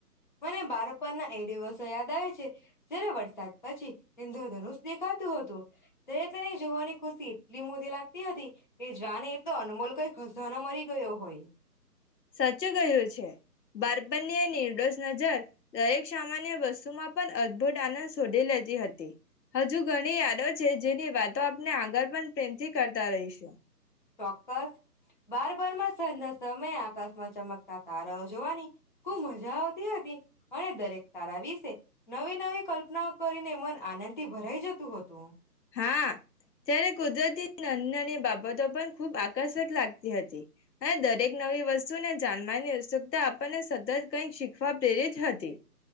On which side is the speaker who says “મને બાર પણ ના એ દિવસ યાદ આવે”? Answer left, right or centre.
Left